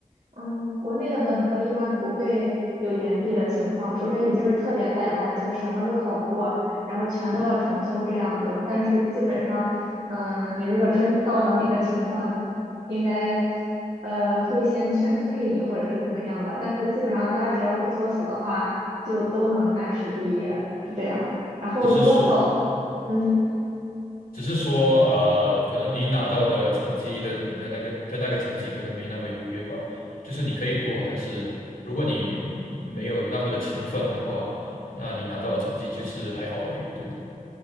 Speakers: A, on the right (about 55°); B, on the left (about 80°).
A: 嗯，国内的本科一般不会有延毕的情况，除非你就是特别摆烂，就是什么都考不过，然后全都要重修这样子。但是基本上，嗯，你如果真到了那个情况，应该呃会先劝退你或者是怎么样吧。但是基本上大家只要不作死的话，就都能按时毕业，是这样。然后如果早，
B: 只是说
A: 嗯。
B: 只是说，呃，可能你拿到的成绩的的那个的那个成绩可能没那么优越吧，就是你可以过，但是如果你没有那么的勤奋的话，那你拿到的成绩就是还好而已，对吧？